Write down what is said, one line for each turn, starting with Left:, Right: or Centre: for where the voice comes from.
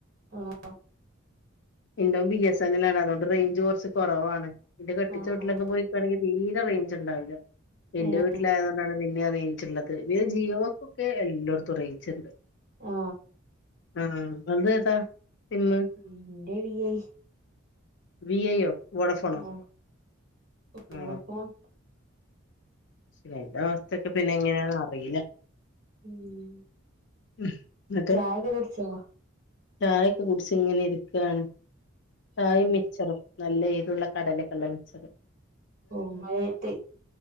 Right: അ ആ.
Left: എന്തും ബി എസ് എൻല് ആണ് അതുകൊണ്ട് റേഞ്ച് കോറച്ച് കുറവാണ്. എന്റെ കെട്ടിച്ച
Right: ആഹ്
Left: വീട്ടിലൊക്കെ
Right: ആഹ്
Left: പോയ്ക്കാണെങ്കി തീരെ റേഞ്ച്ണ്ടാവ്ല്ല. എന്റെ
Right: ഏഹ്
Left: വീട്ടി അതോണ്ടാണ് പിന്നെ റെയ്ന്ജ്ള്ളക്. ബേ ജിയോക്ക് ഒക്കെ എല്ലായിടത്തും റേയിഞ്ച്ണ്ട്
Right: ആ
Left: ആ. തന്റെ ഏതാ? സിമ്മ്
Right: ഉം. ന്റെ വി. ഐ.
Left: വി. ഐ യോ? വോടാഫോണോ?
Right: ആഹ് വോഡഫോൺ
Left: ആ. <unintelligible> അവസ്ഥക്കെ പിന്നെ എങ്ങനെയാണെന്ന് അറിയില്ല.
Right: ഉം.
Left: ഉം എന്നിട്ട്
Right: ചായക്കെ കുടിച്ചോ?
Left: ചായൊക്കെ കുടിച്ച് ഇങ്ങനെ ഇരിക്കാണ്. ചായിം
Right: ഉം
Left: മിച്ചറൂം. നല്ല എരുള്ള, കടലൊക്കെള്ള മിച്ചർ.
Right: ഓ മഴത്ത്